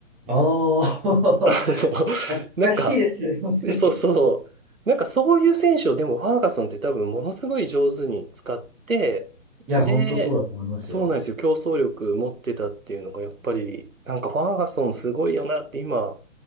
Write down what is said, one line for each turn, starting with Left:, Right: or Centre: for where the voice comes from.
Centre: ああ、<laughs>
Right: <laughs> あの、
Centre: 懐かしいですね、
Right: なんか、
Centre: 本当に。
Right: そうそう、なんかそういう選手をでもファーガソンって多分ものすごい上手に使って、
Centre: いや、
Right: で、
Centre: 本当そうだと思いますよ。
Right: そうなんですよ。競争力持ってたっていうのがやっぱり、なんかファーガソンすごいよなって今